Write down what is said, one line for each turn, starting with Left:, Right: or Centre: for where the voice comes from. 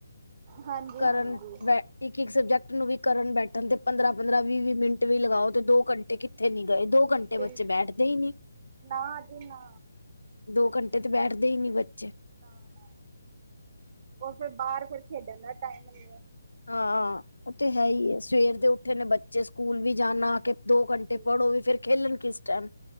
Right: ਹਾਂਜੀ,
Left: ਕਰਨ
Right: ਹਾਂਜੀ
Left: ਬ ਇੱਕ- ਇੱਕ ਸਬਜੈਕਟ ਨੂੰ ਵੀ ਕਰਨ ਬੈਠਣ ਤੇ ਪੰਦਰਾਂ-ਪੰਦਰਾਂ ਵੀਹ ਵੀਹ ਮਿੰਟ ਵੀ ਲਗਾਓ, ਤੇ ਦੋ ਘੰਟੇ ਕਿੱਥੇ ਨ ਗਏ ਦੋ ਘੰਟੇ
Right: ਬਿਲ
Left: ਬੱਚੇ ਬੈਠਦੇ ਹੀ ਨੀ
Right: ਨਾ ਜੀ ਨਾ,
Left: ਦੋ ਘੰਟੇ ਤੇ ਬੈਠਦੇ ਹੀ ਨਹੀ ਬੱਚੇ
Right: ਨਾ - ਨਾ ਉਹ ਫਿਰ ਬਾਹਰ ਫਿਰ ਖੇਡਣ ਦਾ ਟਾਈਮ ਨਹੀਂ ਹੈ।
Left: ਹਾਂ। ਉਹ ਤੇ ਹੈ ਹੀ ਹੈ ਸਵੇਰ ਦੇ ਉਠੇ ਨੇ ਬੱਚੇ ਸਕੂਲ ਵੀ ਜਾਣਾ ਦੋ
Right: ਹਾਂਜੀ,
Left: ਘੰਟੇ ਪੜ੍ਹੋ ਵੀ ਫੇਰ ਖੇਲਣ ਕਿਸ ਟਾਈਮ